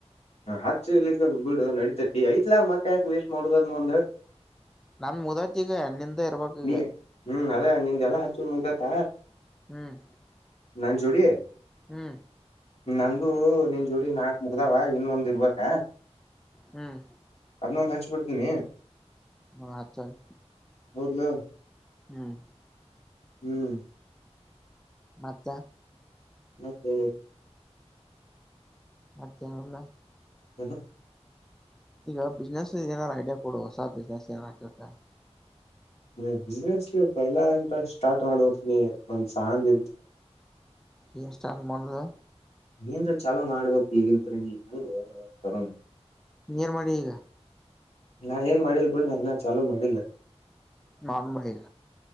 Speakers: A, on the left; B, in the centre.
A: ಹ ಹಚ್ಚಲಿಕ್ಕೆ ಬಿಡು ನಡಿತತಿ ಐ್ಲಾ ಮತ್ತೆ ಯಾಕೆ ವೇಸ್ಟ್ ಮಾಡುದದ ಒಂದ
B: ನನ್ ಮುದತಿ ಈಗ ನಿಂದ ಇರ್ಬೇಕಕ್
A: ನೀ
B: ಈಗ
A: ಹ್ಮ್ ಅದೇ ನಿ್ದೆಲ್ಲ ಹಚ್ಚ ಮುಗ್ದತ್ತ
B: ಹ್ಮ್
A: ನನ್ ಜೂಡಿಯ
B: ಹ್ಮ್
A: ನಂದು ನಿನ್ ಜೋಡಿ ನಾಲ್ಕ್ ಮುಗ್ದಾವ ಇನ್ನೊಂದ್ ಇರ್ಬೇಕ
B: ಹ್ಮ್
A: ಅದನ್ನೊಂದ್ ಹಚ್ಬಿಡ್ತೀನಿ
B: ಹ ಚಲ್
A: ಹೌದಲಾ
B: ಹ್ಮ್
A: ಹ್ಮ್
B: ಮತ್ತೆ
A: ಮತ್ತೆ
B: ಮತಲ್ಲ
A: ಹ ಹ
B: ಈಗ ಬಿಸ್ನೆಸ್ ಏನಾರ್ ಐಡಿಯಾ ಕೊಡುವಸ ಬಿಸ್ನೆಸ್ ಏನ ಹಾಬೇಕ
A: ನೀ ಬಿಸ್ನೆಸ್ ಪಹಲಾ ಎಂತ ಸ್ಟಾರ್ಟ್ ಮಾಡ್ಬೇಕಕ್ ನೀ ಒಂದ್ ಸತ್
B: ಏನ್ ಸ್ಟಾರ್ಟ್ ಮಾಡುದು
A: ನೀಏನ್ ಚಲೋ ಮಾಡ್ಬೇಕಕ್ ಈಗಿನ್ತ್ರಿೀ ನೀ ನ ತರೋಣ
B: ನೀರ್ ಮಾಡಿ ಈಗ
A: ನಾ ಏನ್ ಮಾಡಿಲ್ ಬಿೂಡ ನನ್ನ ಚಾಲೂ ಮಾಡಿಲ್ಲ
B: ನಾನ್ ಬಹಗ